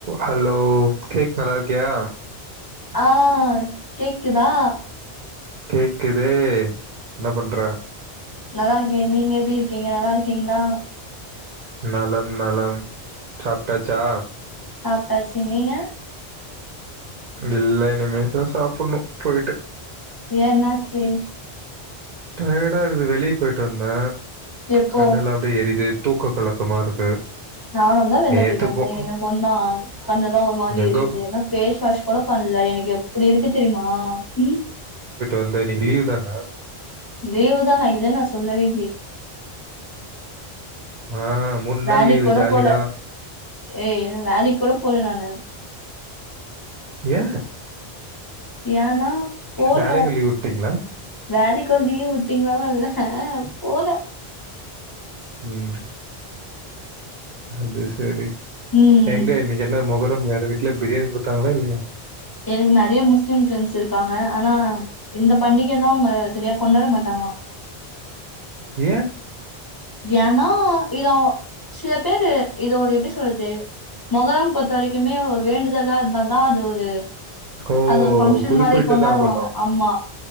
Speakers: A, on the right; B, on the left.
A: ஹலோ கேக் நல்லா இர்க்கியா
B: ஆ கேக்குதா
A: கேக்குது என்ன பண்ற
B: நல்லாருக்கே நீங்க எப்டி இருக்கிங்க நல்லாருக்கிங்ளா
A: நலம் நலம் சாப்டாச்சா
B: சாப்டாச்சி நீங்க
A: இல்ல இனிமே தா சாப்படனு போய்ட்டு
B: ஏ என்னாச்சு
A: டயடா இருக்குது வெளிய போய்ட்டு வந்த
B: எப்போ
A: கண்ணெல்லா அப்டியே எரிது தூக்க கலக்கமா இருக்கு
B: நானுந்தா வெளில
A: நேத்து
B: போய்ட்டு வந்த
A: போ
B: எனக்குந்தா கண்ணெல்லா ஒரு மாரி
A: எங்க
B: எரியுது என்ன ஃபேஸ் வாஷ் கொழப்பல்ல எனக்கு எப்டி இருக்கு தெரிமா ம்
A: வந்து இன்னைக்கு லீவு தான
B: லீவு தா நா இல்லன்னு நா சொல்லவே
A: ஆ, நாள்
B: வேலைக்
A: லீவு
B: கோட
A: ஜாலி
B: போல
A: தான்.
B: ஏய் இன்னு வேலைக் கோட போல நானு
A: ஏ
B: ஏன்னா போல
A: வேலைக்கு லீவ் விட்டீங்களா?
B: வேலைக்கு லீவ் வுட் <unintelligible> போல
A: ம் அது சரி
B: ம்
A: எங்க இன்னைக்கென்ன மொகரம் யாரு வீட்லயாது பிரியாணி குடுத்தாங்ளா இல்லையா
B: எனக்கு நறைய முஸ்லீம் ஃப்ரெண்ட்ஸ் இருக்காங்க ஆனா இந்த பண்டிகலா அவுங்க சரியா கொண்டாட மாட்டாங்ளா
A: ஏ
B: ஏனா இதா சில பேரு இது ஒரு எப்டி சொல்து மொகரம் பொறுத்த வரைக்குமே ஒரு வேண்டுதலா அதா அது ஒரு
A: ஓ!
B: அது ஒரு பங்க்ஷன்
A: குறிப்பிட்டு
B: மாரி கொண்டாடுவாங்க
A: தான் பண்ணுவாங்க.
B: ஆமா